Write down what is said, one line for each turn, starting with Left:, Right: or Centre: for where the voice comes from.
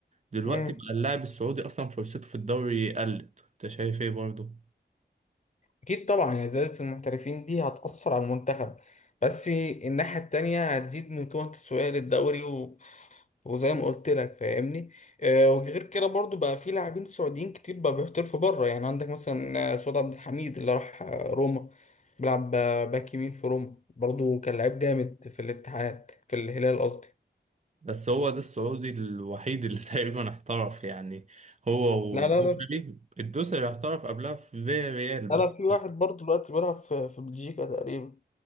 Right: دلوقتي
Left: مم.
Right: بقى اللاعب السعودي أصلا فرصته في الدوري قلت أنت شايف إيه برضه؟
Left: أكيد طبعا يعني زيادة المحترفين دي هتأثر على المنتخب بس الناحية التانية هتزيد من قيمة التسويقية للدوري وزي ما قلت لك فاهمني آه، وغير كده برضو بقى في لاعبين سعوديين كتير بقى بيحترفوا بره يعني عندك مثلا آه، سعود عبد الحميد اللي راح آه، روما بيلعب آه، باك يمين في روما برضو كان لعيب جامد في الاتحاد في الهلال قصدي
Right: بس هو ده السعودي الوحيد اللي <laughs> تقريبا احترف يعني هو
Left: لا
Right: والدوسري
Left: لا لا
Right: الدوسري احترف قبلها في فيا ريال بس
Left: لا لا، في واحد برضو دلوقتي بيلعب في في بلجيكا تقريبا